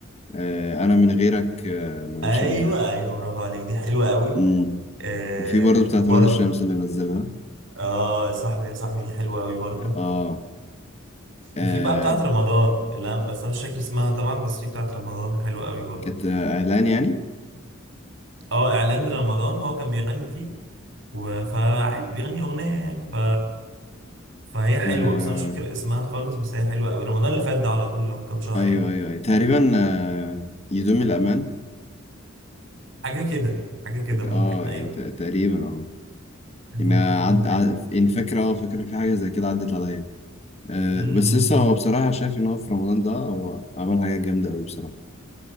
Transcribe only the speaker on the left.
آه، انا من غيرك آه، مش
هنوام
أمم.
وفي برضه بتاعت
ولاد الشمس اللي نزلها
اه آه،
كانت آه، اهلان يعني
آه،
ايوه
ايوه أيوة. تقريبا آه، يدوم الامان
اه
يعني ت- تقريبا اه
يعني
عد...
عد... يعني فاكر اه فاكر إن في حاجه زي كده عدت عليا آه،
بس لسه هو بصراحه شايف ان هو في رمضان ده هو عمل حاجه جامده قوي بصراحه